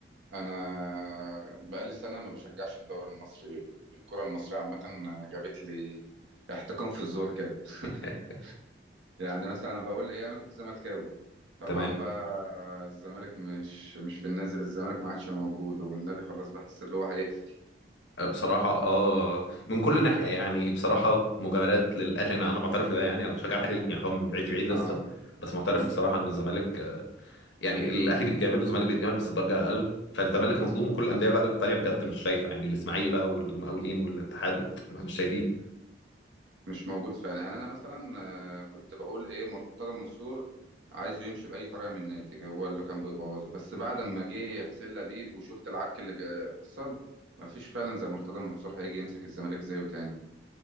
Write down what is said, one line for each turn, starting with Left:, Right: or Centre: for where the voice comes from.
Right: انا بقالي سنة ما بشجعش الدوري المصري الكرة المصرية عامة جابت لي احتكام في الزور كده <laughs>
Left: <laughs>
Right: يعني مثلا أنا بقول ايه انا كنت زملكاوي طبعا
Left: تمام
Right: بقى الزمالك مش مش في النازل الزمالك ما عادش موجود هو النادي خلاص بحس ان هو هيقفل
Left: آه، بصراحه اه من كل ناحيه يعني بصراحه مجاملات للاهلي انا انا معترف بده يعني انا بشجع الاهلي يعني اللي هو من بعيد لبعيد لسه
Right: اه
Left: بس معترف
Right: مم.
Left: بصراحه ان الزمالك آه، يعني الاهلي بيتجامل والزمالك بيتجامل بس بدرجه اقل فالزمالك مظلوم وكل الانديه بقى التانيه بجد مش شايفه يعني الاسماعيلي بقى والمقاولين والاتحاد وال- مش شايفين
Right: مش موجود فعلا يعني انا مثلا آه، كنت بقول ايه مرتضى منصور عايزه يمشي باي طريقه من النادي هو اللي كان بيبوظه بس بعد ما جه حسين لبيب وشفت العك اللي بيحصل مفيش فعلا زي مرتضى منصور هيجي يمسك الزمالك زيه تاني